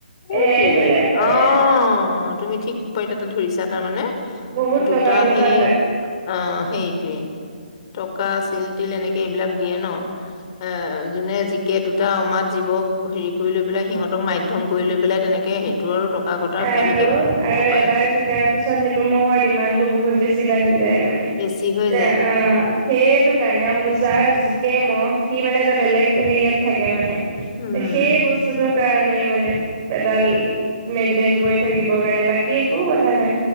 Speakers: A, on the left; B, on the right.
A: সেইটোৱে
B: এইবিলাক
A: অ',
B: এটা
A: তুমি ঠিক পইটা ধৰিছা তাৰমানে
B: বহুত
A: দুটা
B: টকা পইচা
A: সেই
B: পায়
A: অ', সেৰিটোৱে। টকা চিল তিল এনেকে এইবিলাক দিয়ে ন এ যোনে যি কে দুটা অমাত জীৱক হেৰি কৰি লৈ পেলাই সিহঁতক মাধ্যম কৰি লৈ পেলাই তেনেকৈ সেইটো আৰু ঘটা
B: আৰু-আৰু
A: কেনেকে হ'ব পাৰে
B: এবাৰ
A: সেইটো
B: জিকাৰ পিছত সেইটো মহৰ ডিমাণ্ডটো বহুত বেছি বাঢ়ি যায় মানে
A: বেছি হৈ যায়
B: এ অ', সেইটো কাৰণে যাৰ জিকে মহ সি মানে এটা বেলেগ হেৰিয়াত থাকে মানে
A: উম
B: সেই বস্তুটোৰ কাৰণে মানে পেডাল মেইনটেইন কৰি থাকিবৰ কাৰণে, বাকী একো কথা নাই।